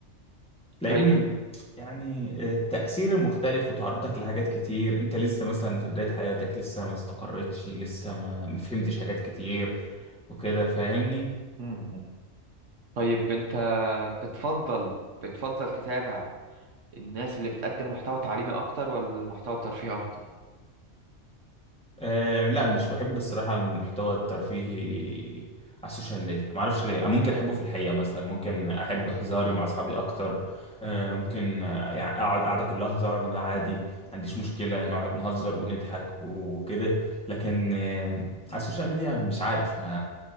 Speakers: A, in the centre; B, on the right.
A: لان
B: طيب
A: يعني آه، التأثير المختلف وتعرضك لحاجات كتير انت لسه مثلا في بدايه حياتك لسه ما استقرتش لسه ما ما فهمتش حاجات كتير وكده فاهمني
B: امم طيب انت بتفضل بتفضل تتابع الناس اللي بتقدم محتوى تعليمي اكتر ولا محتوى ترفيهي اكتر
A: أه لا مش بحب الصراحة المحتوى الترفيهي على السوشيال ميديا معرفش ليه أنا ممكن أحبه في الحقيقة مثلا ممكن أحب هزاري مع أصحابي أكتر أه ممكن آه، يعني أقعد قعدة كلها هزار وده عادي ما عنديش مشكلة نقعد نهزر ونضحك وكده لكن أه على السوشيال ميديا مش عارف ما